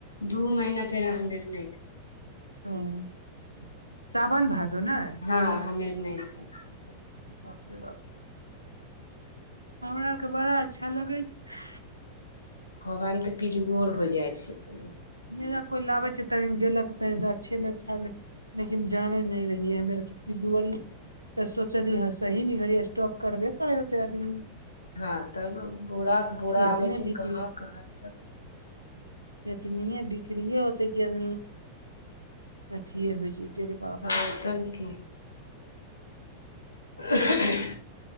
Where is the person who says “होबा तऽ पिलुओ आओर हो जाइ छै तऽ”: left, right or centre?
Left